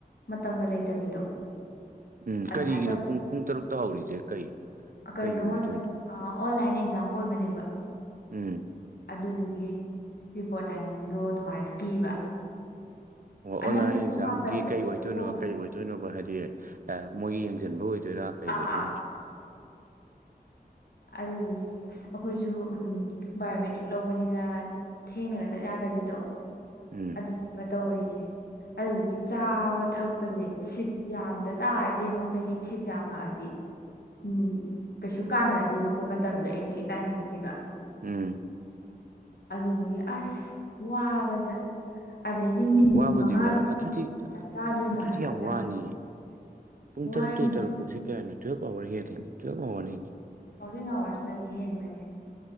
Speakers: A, on the left; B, on the right.
A: ꯃꯇꯝꯒ ꯂꯩꯇꯕꯤꯗꯣ
B: ꯎꯝ
A: ꯑꯗꯨꯃꯥꯏꯅ
B: ꯀꯔꯤꯒꯤꯅꯣ
A: ꯇꯧꯕꯗ
B: ꯄꯨꯡ ꯄꯨꯡ ꯇꯔꯨꯛꯇ ꯍꯧꯔꯤꯁꯦ ꯀꯩ
A: ꯀꯩꯅꯣ
B: ꯀꯩꯒꯤ ꯑꯣꯏꯗꯣꯏꯅꯣ
A: ꯑꯣꯏꯕ ꯑꯣꯟꯂꯥꯏꯟ ꯑꯦꯛꯖꯥꯝ ꯑꯣꯏꯕꯅꯦꯕ
B: ꯎꯝ
A: ꯑꯗꯨꯗꯨꯒꯤ ꯔꯤꯄꯣꯔꯠ ꯇꯥꯏꯃꯤꯡꯗꯣ ꯑꯗꯨꯃꯥꯏꯅ ꯄꯤꯕ
B: ꯑꯣ ꯑꯣꯟꯂꯥꯏꯟ
A: ꯑꯅꯝꯕꯅ
B: ꯑꯦꯛꯖꯥꯝꯒꯤ
A: ꯄꯨꯡ ꯃꯥꯄꯟꯗꯒꯤ
B: ꯀꯩ ꯑꯣꯏꯗꯣꯏꯅꯣ
A: ꯍꯧꯕ
B: ꯀꯩ ꯑꯣꯏꯗꯣꯏꯅꯣꯕ ꯍꯥꯏꯗꯤ ꯑꯦ ꯃꯣꯏꯒꯤ ꯌꯦꯡꯁꯤꯟꯕ ꯑꯣꯏꯗꯣꯏ ꯔ ꯀꯩꯕ
A: ꯑꯥ
B: ꯊꯅ
A: ꯑꯥ ꯑꯗꯨꯗ ꯑꯗꯨꯗꯤ ꯑꯩꯈꯣꯏꯁꯨ ꯎꯝ ꯕꯥꯏꯑꯣꯃꯦꯇ꯭ꯔꯤꯛ ꯂꯧꯕꯅꯤꯅ ꯊꯦꯡꯅꯒ ꯆꯠ ꯌꯥꯗꯕꯤꯗꯣ
B: ꯎꯝ
A: ꯑꯗꯨꯕ ꯇꯧꯔꯤꯁꯦ ꯑꯗꯨꯗꯨꯒꯤ ꯆꯥꯕ ꯊꯛꯄꯖꯦ ꯁꯤꯞ ꯌꯥꯝꯗ ꯇꯥꯔꯗꯤ ꯑꯃꯨꯛ ꯐꯩ ꯁꯤꯞ ꯌꯥꯝꯃꯛꯑꯗꯤ ꯎꯝ ꯀꯩꯁꯨ ꯀꯥꯟꯅꯗꯦꯕꯀꯣ ꯃꯇꯝꯗꯣ ꯑꯦꯟꯇ꯭ꯔꯤ ꯇꯥꯏꯃꯤꯡꯖꯤꯒ
B: ꯎꯝ
A: ꯑꯗꯨꯗꯨꯒꯤ ꯑꯁ ꯋꯥꯕꯗ ꯑꯗꯩꯗꯤ ꯃꯤꯅꯤꯠ
B: ꯋꯥꯕꯨꯗꯤ
A: ꯃꯉꯥꯗꯕꯨꯨ
B: ꯋꯥꯔꯦ ꯑꯗꯨꯗꯤ
A: ꯀꯃꯥꯏꯅ ꯆꯥꯗꯣꯏꯅꯣ
B: ꯑꯗꯨꯗꯤ
A: ꯍꯥꯏꯕ
B: ꯌꯥꯝ
A: ꯆꯥꯛ
B: ꯋꯥꯅꯤꯌꯦ ꯄꯨꯡ
A: ꯋꯥꯏꯅꯤ
B: ꯇꯔꯨꯛꯇꯩ ꯇꯔꯨꯛ ꯐꯥꯎꯁꯦ ꯀꯌꯥꯅꯣ ꯇꯨꯏꯌꯦꯞ ꯑꯋꯥꯔ ꯍꯦꯔꯤꯅꯤ ꯇꯨꯋꯦꯜꯞ ꯑꯋꯥꯔꯅꯤ
A: ꯋꯥꯀꯤꯡ ꯑꯋꯥꯔꯁꯅꯗꯤ ꯍꯦꯟꯕꯅꯦ